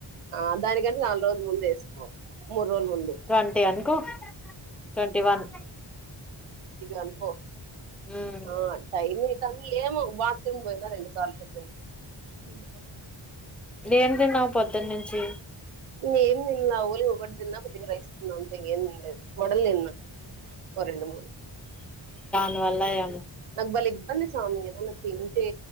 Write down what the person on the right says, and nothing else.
ఆ దాని గన్ నాలుదు రోజులు ముందు ఏసుకొ మూర్రోల్ ముందు
అనుకో
ఆ టైమె కానీ ఏమో బత్రూమ్ పోయినా రెండు సార్లు పొద్దున్నించి ఉండు
ఇంగా ఏం దిండ్ల ఓళిగ ఒగడ్ తిన్న కొద్దిగా రైస్ తిన్నా అంతే ఇంగ ఏం దినలేదు వడలు దిన్న ఓ రెండు మూడు
నాకు బలే ఇబ్బంది సామి ఏదన్నా తింటే